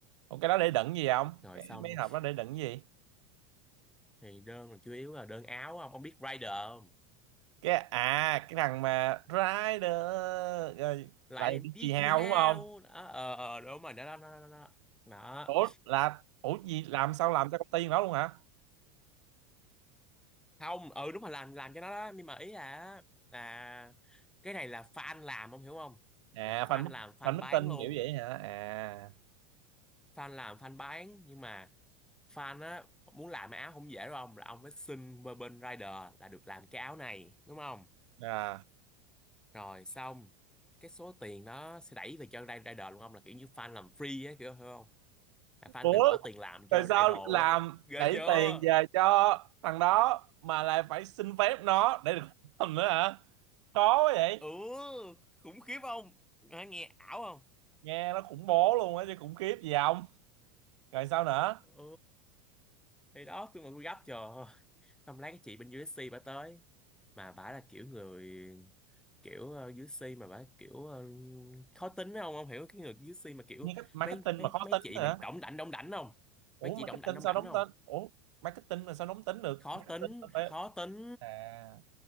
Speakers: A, on the right (about 80°); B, in the centre.
A: Ủa cái đó để đựng gì không?
B: rồi
A: Cái
B: xong
A: mấy hộp đó để đựng gì?
B: thì đơn còn chủ yếu là đơn áo không ông biết Rider không
A: Cái à cái thằng mà Rider rồi
B: lại
A: lại
B: làm
A: bị
B: đi
A: chì hào
B: chị hao
A: đúng không?
B: đó ờ ờ, ờ, đúng rồi đó đó đó đó đó Đó.
A: Ủa là ủa gì làm sao làm cho công ty đó luôn hả?
B: không ừ đúng rồi làm làm cho nó đó nhưng mà ý là là cái này là fan làm ông hiểu không
A: À
B: là fan
A: fan
B: làm fan
A: fan meeting
B: bán luôn
A: kiểu vậy hả? À
B: fan làm fan bán nhưng mà fan á muốn làm cái áo không dễ đâu ông là ông phải xin bên bên rider là được làm cái áo này đúng không
A: à
B: rồi xong cái số tiền đó sẽ đẩy về cho ri- rider luôn ông là kiểu như fan làm free á kiểu hiểu không là fan
A: Ủa
B: tự bỏ tiền làm
A: tại
B: cho
A: sao
B: idol
A: làm
B: á ghê
A: đẩy
B: chưa
A: tiền về cho thằng đó mà lại phải xin phép nó để được <laughs> làm nữa hả? Khó quá vậy.
B: ừ khủng khiếp không nghe, nghe ảo không
A: Nghe nó khủng bố luôn á chứ khủng khiếp gì không? Rồi sao nữa?
B: ừ thì đó tôi mà tôi gấp chờ không lấy cái chị bên USC bà tới mà bả là kiểu người kiểu ờ, dưới si mà bả kiểu ờ, khó tính không không hiểu cái người dưới si mà kiểu
A: Nghe cách marketing
B: mấy mấy
A: mà khó
B: mấy
A: tính
B: chị
A: nữa.
B: mình đỏng đảnh đỏng đảnh không
A: ủa
B: mấy
A: marketing
B: chị đỏng đảnh đỏng
A: sao
B: đảnh
A: đóng
B: không
A: tên ủa marketing là sao đóng tính được
B: khó
A: marketing
B: tính
A: là phải
B: khó tính
A: à